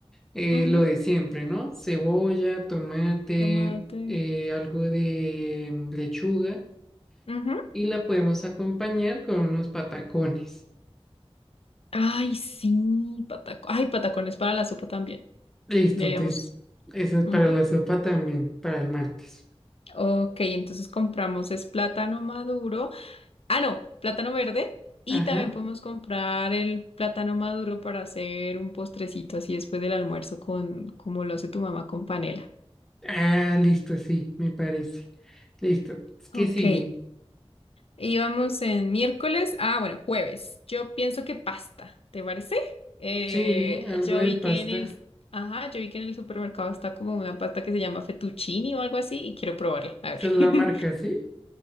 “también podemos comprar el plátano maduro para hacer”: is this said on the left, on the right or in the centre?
Left